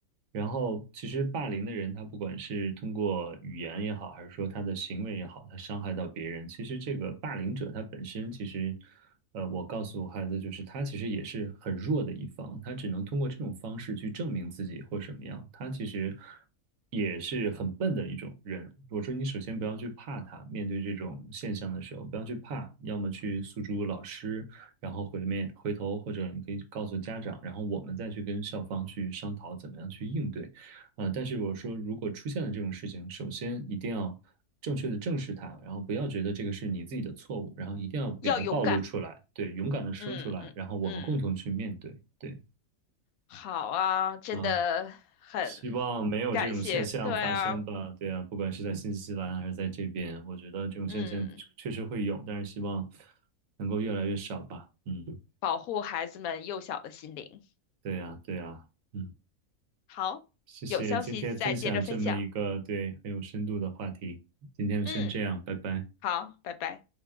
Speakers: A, on the right; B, on the left.
A: 然后，其实霸凌的人，他不管是通过语言也好，还是说他的行为也好，他伤害到别人，其实这个霸凌者他本身，其实，呃，我告诉我孩子，就是他其实也是很弱的一方，他只能通过这种方式去证明自己或什么样，他其实也是很笨的一种人。我说，你首先不要去怕他，面对这种现象的时候，不要去怕，要么去诉诸老师。然后回面回头或者你可以告诉家长，然后我们再去跟校方去商讨怎么样去应对。呃，但是我说，如果出现了这种事情，首先一定要正确的正视它，然后不要觉得这个是你自己的错误，然后一定要给它暴露出来，
B: 要勇敢，
A: 对，勇敢的说出来，
B: 嗯嗯嗯，
A: 然后我们共同去面对，对
B: 好啊，真的很
A: 啊。希望没有这种现象发生吧。
B: 感谢，对啊，
A: 对啊，不管是在新西兰还是在这边，我觉得这种现象确实会有，
B: 嗯，
A: 但是希望能够越来越少吧。嗯，
B: 保护孩子们幼小的心灵。
A: 对呀，对呀，嗯。
B: 好，
A: 谢谢今天分享这么一个对很有深度的话题，
B: 有消息再接着分享。
A: 今天就先这样，
B: 嗯，
A: 拜拜。
B: 好，拜拜。